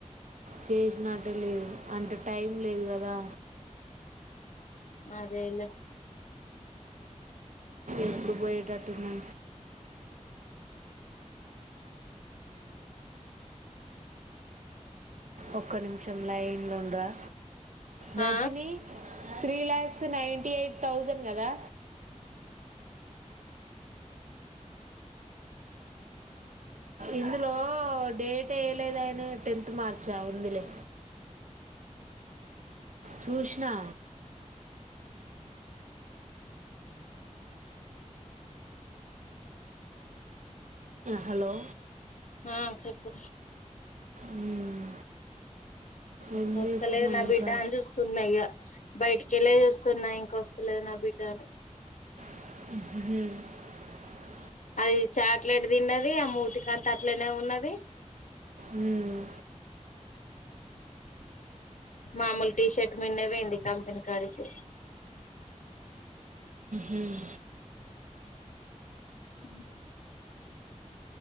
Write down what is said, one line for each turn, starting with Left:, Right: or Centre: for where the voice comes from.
Right: చేసినటే లేదు అంటే టైం లేదు కదా
Left: అదేలే
Right: ఎప్పుడు పోయేటటుంది ఒక్క నిమిషం లైన్ లైన్ లో ఉండరా Rajini
Left: ఆ
Right: three lakhs ninety eight thousand కదా ఇందులో డేట్ ఏయా లేదుయని టెన్త్ మార్చా ఉందిలే చూసినా హలో
Left: ఆ చెప్పు
Right: మ్మ్ ఏం
Left: పొత్తలేదు
Right: చేస్తున్నాం
Left: నా
Right: ఇంకా
Left: బిడ్డ అని చూస్తున్నా ఇక బయటికెళ్ళ చూస్తున్నా ఇంక వస్తలేదు నా బిడ్డ అని
Right: హ
Left: అది చాక్లెట్ తిన్నది ఆ మూతికంత అట్లనే ఉన్నది
Right: మ్మ్
Left: మామూలు టీషర్ట్ మీనే పోయింది కంపెనీ కాడికి
Right: మ్మ్.
Left: హ్మ్